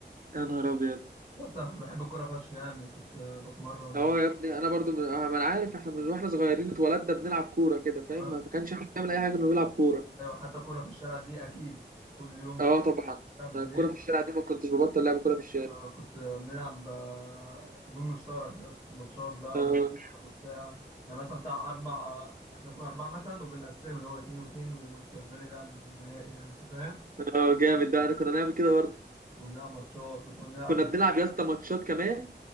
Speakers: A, on the right; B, on the right.
A: يا نهار ابيض
B: بص انا كنت بحب الكوره فشخ يعني كنت آه، بتمرن
A: اه يا ابني انا برضو من... آه، ما انا عارف احنا من واحنا صغيرين اتولدنا بنلعب كوره كده فاهم
B: اه
A: ما كانش احنا بنعمل اي حاجه غير بنلعب كوره
B: ايوه حتى كوره في الشارع دي اكيد كل يوم
A: اه
B: ش-
A: طبعا
B: شارع بالليل
A: أنا الكوره في الشارع دي ما كنتش ببطل لعب كوره في الشارع
B: آه، كنت آه، بنلعب آه، جون مشترك يا اسطى ماتشات بقى
A: اه
B: والكسب وبتاع يعني مثلا بتاع اربع احنا كنا اربعه مثلا وبنقسمها اللي هو اتنين واتنين والكسبان يلعب النهائي يعني انت فاهم
A: اه جامد ده انا كنا نعمل كده برضه
B: كنا بنلعب ماتشات وكنا
A: كنا
B: بنلعب
A: بنلعب يا اسطى ماتشات كمان